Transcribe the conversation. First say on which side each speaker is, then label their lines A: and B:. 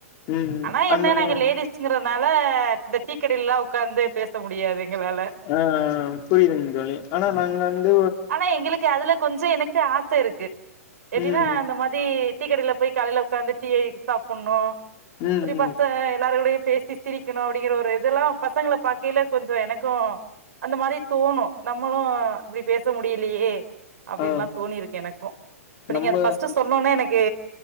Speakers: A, on the left; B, on the right.
A: ம்
B: ஆனா என்ன
A: அந்த
B: நாங்க
A: மாரி
B: லேடிஸ்ங்கறனால இந்த டீக்கடைலல்லா உக்காந்து பேச முடியாது எங்களால.
A: ஆ புரியுதுங்க தோழி ஆனா நாங்க வந்து
B: ஆனா எங்களுக்கு அதுல கொஞ்சோ எனக் கு ஆச இருக்கு எப்டினா
A: ம்
B: அந்த மாதரி டீக்கடைல போய் கடைல உக்காந்து டீயை சாப்பட்ணு
A: ம்
B: அப்டியே பசிச்சா
A: ம்
B: எல்லாரு கூடயு பேசி சிரிக்கணு அப்டிங்கிற ஒரு இதெல்லா பசங்கள பாக்கையில கொஞ்சோ எனக்கு அந்த மாரி தோணு. நம்மளு இப்டி பே ச முடியலயே அப்டின்லா
A: ஆ
B: தோணிருக்கு எனக்கு. இப்ப
A: நம்ம
B: நீங்க அது ஃபர்ஸ்ட்டு சொன்னோன்னே எனக்கு